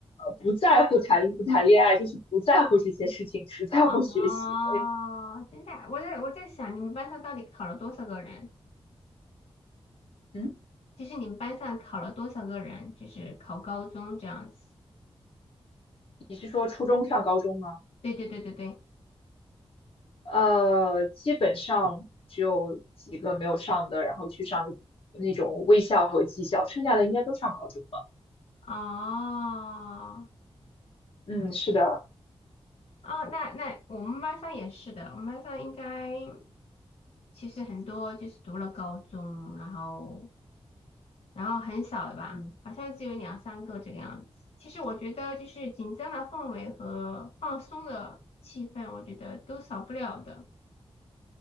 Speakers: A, on the left (about 55°); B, on the left (about 75°).
A: 不在乎谈不谈恋爱，就是不在乎这些事情，只在乎学习。
B: 哦，
A: 所以，
B: 真的啊，我在我在想，你们班上到底考了多少个人？
A: 嗯，
B: 就是你们班上考了多少个人？就是考高中这样子。
A: 你是说初中上高中吗？
B: 对对对对对。
A: 呃，基本上只有几个没有上的，然后去上那种卫校和技校，剩下的应该都上高中了。
B: 哦，
A: 嗯，是的，
B: 哦，那那我们班上也是的，我们班上应该其实很多就是读了高中，然后然后很少的吧，
A: 嗯，
B: 好像只有两三个这个样子。其实我觉得就是紧张的氛围和放松的气氛，我觉得都少不了的。